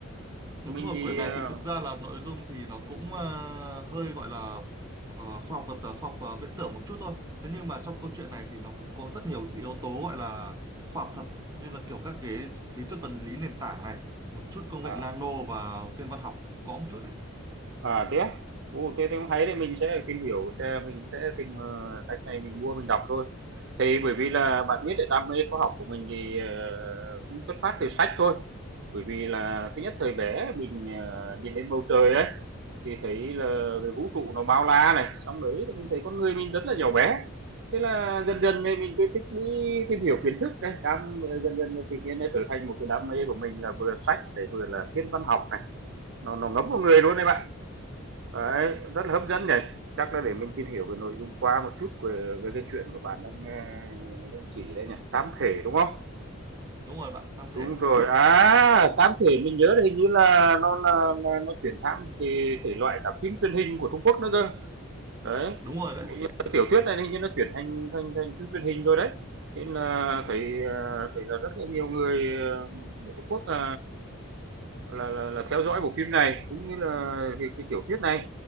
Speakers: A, on the right (about 15°); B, on the right (about 55°).
A: Đúng
B: Mình
A: rồi,
B: thì
A: quyển này
B: à
A: thì thực ra là nội dung thì nó cũng ờ, hơi gọi là ờ, khoa học vật ờ, khoa học ờ, viễn tưởng một chút thôi. Thế nhưng mà trong câu chuyện này thì nó cũng có rất nhiều cái yếu tố gọi là khoa học thật như là kiểu các cái lý thuyết vật lý nền tảng này, một chút công
B: ừ.
A: nghệ nano và thiên văn học cũng có một chút đấy.
B: À, thế á? Ồ, thế thì cũng hay đấy, mình sẽ tìm hiểu xem mình cũng sẽ tìm, ờ, sách này mình mua mình đọc thôi. Thì bởi vì là bạn biết đấy, đam mê khoa học của mình thì, ờ, cũng xuất phát từ sách thôi. Bởi vì là thứ nhất thời bé mình, ờ, nhìn lên bầu trời ấy, thì thấy là vũ trụ nó bao la này, xong đấy thì mình thấy con người mình rất là nhỏ bé. Thế là dần dần thì mình cứ tích lũy tìm hiểu kiến thức này, đam dần dần là tự nhiên nó trở thành một cái đam mê của mình là vừa sách, để vừa là thiên văn học này, nó nó ngấm vào người luôn đấy bạn. Đấy, rất là hấp dẫn nhỉ.
A: Ừ.
B: Chắc là để mình tìm hiểu về nội dung qua một chút về, về cái chuyện của bạn đang ờ, đang chỉ đây nhỉ. Tám thể đúng không?
A: Đúng rồi bạn, tam thể.
B: Đúng rồi. À, tám thể mình nhớ là hình như là nó là, là nó chuyển sang một cái thể loại cả phim truyền hình của Trung Quốc nữa cơ. Đấy,
A: Đúng rồi đấy.
B: cái tiểu thuyết này hình như nó chuyển thành thành thành phim truyền hình rồi đấy. Nên là thấy ờ, thấy là rất là nhiều người ờ, ở Trung Quốc ờ, là, là là theo dõi bộ phim này cũng như là cái, cái tiểu thuyết này.